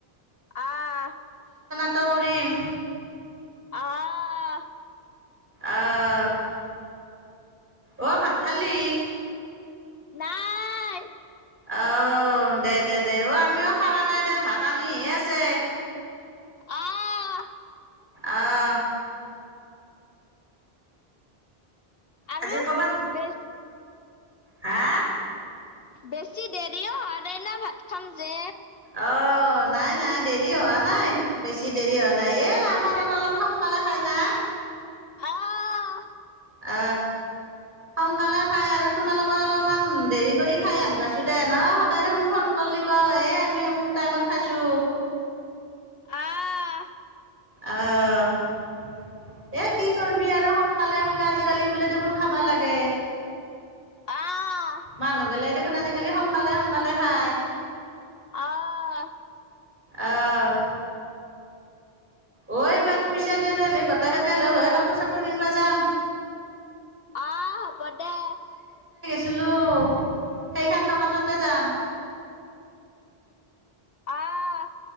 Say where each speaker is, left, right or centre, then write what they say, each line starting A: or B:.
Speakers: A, on the left (about 65°); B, on the right (about 55°).
A: আহ
B: ত কৰিম
A: আহ
B: আহ অ ভাত খালি
A: নাই
B: আহ দে দে দে অ আমিও খাৱা নাই দে ভাত আনিহে আছে
A: আহ
B: অহ
A: আৰু
B: আজি কৰ'বাত
A: বেচ
B: হা
A: বেছি দেৰিও হোৱা নাইনা ভাত খাম যে
B: অ নাই নাই দেৰি হোৱা নাই বেছি দেৰি হোৱা নাই এ আমাৰ আৰু অলপ সোনকালে খাই না
A: আহ
B: অ সোনকালে খাই আৰু তোমালোকৰ অলপমান দেৰি কৰি খাই আন পাইছো দে ন সদায় দেখোন ফোন কৰলি কয় এ আমি অমুক টাইমত খাইছো
A: আহ
B: অহ এ কি কৰিবি আৰু সোনকালে বোলে আজিকালি বোলে দেখোন খাবা লাগে
A: আহ
B: মানুহ গলে দেখোন আজিকালি সোনকালে সোনকালে খায়
A: আহ
B: আহ অ এইবাৰ পিছে তেনেহলে গোটেই কেইটাই লগ হৈ কাপোৰ চাপোৰ কিনবা যাম
A: অহ হব দে
B: গৈছিলো সেইখন দোকানতে যাম
A: অহ